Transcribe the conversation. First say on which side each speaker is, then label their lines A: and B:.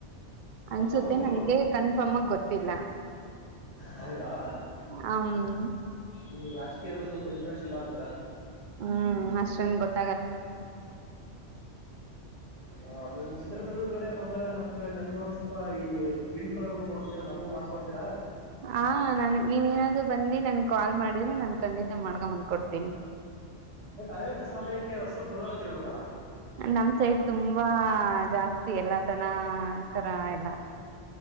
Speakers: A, on the right; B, on the right.
A: ಅನ್ಸುತ್ತೆ
B: ಅಥವಾ ಗೊತ್ತಿಲ್ವಾ
A: ನಂಗೆ ಕನ್ಫರ್ಮ್ ಆಗ ಗೊತ್ತಿಲ್ಲ
B: ಹೌದಾ
A: ಹ್
B: ನಿಮ್ಗ್ ರಾಜಕೀಯದಲ್ಲಿ ಸ್ವಲ್ಪ ಇಂಟ್ರೆಸ್ಟ್ ಇಲ್ಲ ಅಂತಿರ
A: ಹ್ಮ್ ಅಷ್ಟೊಂದ್ ಗೊತ್
B: ಹ ನಿಮ್ಮ ಚಿತ್ರದುರ್ಗದ ಕಡೆ ಬಂದಾಗ ನಮ್ ಕಡೆ ನಮಗ ಒಂದ ಸ್ವಲ್ಪ ಈ ಗ್ಗಿಣ ಕಡುಬು ಕೊಡಿಸಸ್ತೀರಾ ನಮ್ಗು ಮಾಡ್ಕಡ್ತೀರಾ
A: ಹಾ ನಾನನ್ ನೀವೇಏನಾದ್ರು ಬಂದಿ ನನ್ ಕಾಲ್ ಮಾಡಿದ್ರೆ ನಾನನ್ ಖಂಡಿತ ಮಾಡ್ಗ ಬಂದ್ಕ ಕೊಡ್ತೀನಿ
B: ಬಟ್ ಅದೇಷ್ಟು ಸಮಯಕ್ಕೆ ಹಸು ಕರು ಹಾಕಿರ್ಬೇಕಲ್ಲಾ
A: ನಮ್ ಸೈಡ್ ತುಂಬಾ ಜಾಸ್ತಿ ಎಲ್ಲದನ ಕರ ಎಲ್ಲ